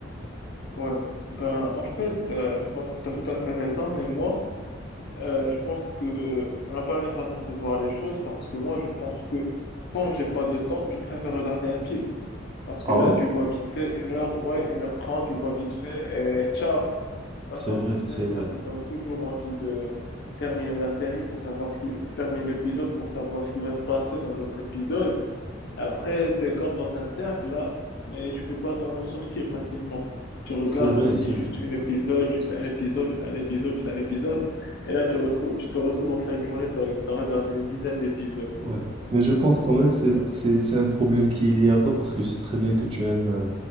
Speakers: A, on the left; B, on the right.
A: Ouais. Ben, en fait, euh, je pense que t'as tout à fait raison, mais moi, Euh, je pense que on n'a pas la même façon de voir les choses parce que moi, je pense que quand j'ai pas de temps, je préfère regarder un film. Parce que
B: Ah
A: là,
B: ouais?
A: tu vois vite fait une heure, ouais, une heure trente, tu vois vite fait et <laughs> ciao. Par
B: C'est
A: contre,
B: vrai,
A: une série,
B: c'est vrai.
A: ça te donne toujours envie de terminer la série pour savoir ce qui, terminer l'épisode pour savoir ce qui va se passer dans l'autre épisode. Après, tu es comme dans un cercle là, mais tu peux pas t'en en sortir facilement. Tu regardes,
B: C'est vrai,
A: tu te dis
B: c'est
A: juste
B: vrai.
A: un épisode, juste un épisode, juste un épisode, juste un épisode. Et là, tu, retrouves, tu te retrouves en fin de journée, tu as, regardé une dizaine d'épisodes.
B: Ouais. Mais je pense quand même que c'est
A: Ouais.
B: c'est- c'est un problème qui est lié à toi parce que je sais très bien que tu aimes, euh,